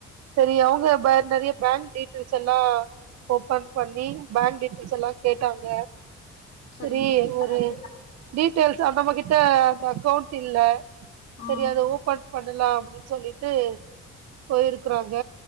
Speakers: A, on the right (about 60°); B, on the left (about 45°).
A: சரி அவங்க ப நெறைய பேங்க் டீட்டெயில்ஸ் எல்லா ஓப்பன் பண்ணி பேங்க் டீட்டெயில்ஸ் எல்லா கேட்டாங்க
B: சரிங்க
A: செரி
B: தோழி இப்பதான்
A: ஒரு
B: கேட்டா-
A: டீடெயல்ஸ் நம்மகிட்ட அந்த அக்கௌண்ட் இல்ல
B: ஆ
A: சரி அத ஓப்பன் பண்ணலா அப்டின்னு சொல்லிட்டு போயிருக்குறாங்க